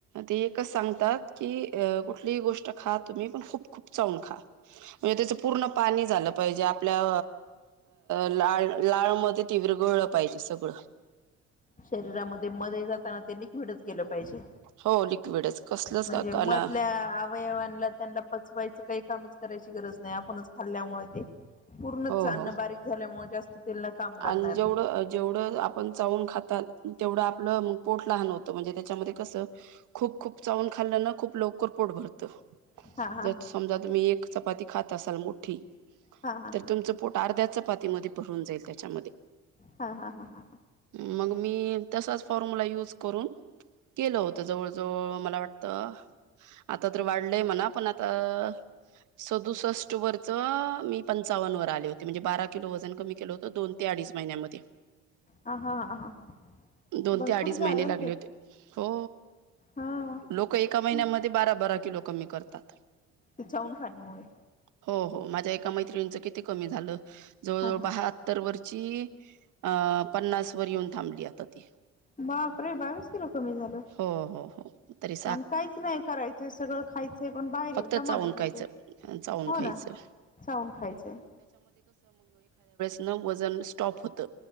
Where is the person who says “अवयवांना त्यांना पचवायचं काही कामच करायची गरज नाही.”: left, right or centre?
Left